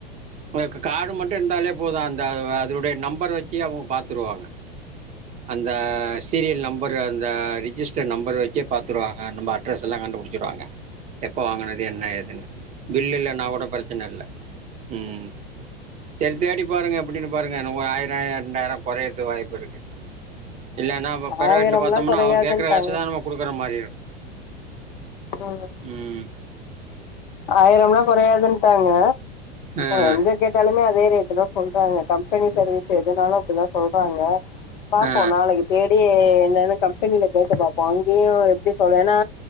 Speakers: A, on the right; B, on the left.
A: ம் க கார்டு மட்டு இருந்தாலே போது அந்த அ அதனுடைய நம்பர் வச்சு அவுங்க பாத்துருவாங்க அந்த சீரியல் நம்பரு அந்த ரிஜிஸ்டர் நம்பரு வச்சே பாத்துருவாங்க நம்ம அட்ரஸ் எல்லா கண்டுபுடுச்சிருவாங்க எப்ப வாங்குனது என்ன எதுன்னு பில் இல்லனா கூட பிரச்சன இல்ல ம் செரி தேடி பாருங்க எப்புடின்னு பாருங்க ன ஒரு ஆயி ராய ரெண்டாயிர கொறையிறத்து வாய்ப்புருக்கு இல்லனா அப்ப பிரைவேட்ல
B: ஆயிரம்லா
A: பாத்தொம்னா
B: கொறையாதுன்ட்டாங்க
A: அவ கேக்குற காசதா நம்ம குடுக்குற மாரி இருக்கு
B: ம்
A: ம்
B: ஆயிரம்லா குறையாதுன் டாங்க
A: ஆ
B: எங்க கேட்டாலுமே அதே ரேட்டு தா சொல் கங்க கம்பெனி சர்வீஸ் எதுனாலு அப்புடிதா சொல்றாங்க பாப்போம்
A: ஆ
B: நாளைக்கு தேடியி என்ன கம்பெனில கேட்டு பாப்போம் அங்கேயு எப்டி சொல் ஏனா